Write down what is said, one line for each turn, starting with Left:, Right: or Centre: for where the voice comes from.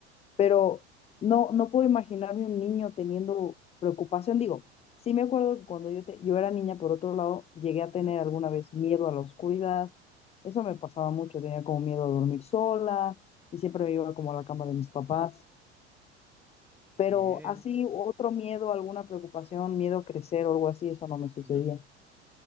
Left: pero no, no puedo imaginarme un niño teniendo preocupación. Digo, sí me acuerdo que cuando yo, te, yo era niña, por otro lado, llegué a tener
Centre: Ujú.
Left: alguna vez miedo a la oscuridad. Eso me pasaba mucho, tenía como miedo a dormir sola y siempre me iba como a la cama de mis papás. Pero
Centre: Es,
Left: así, otro miedo, alguna preocupación, miedo a crecer o algo así, eso no me sucedía.
Centre: ujú.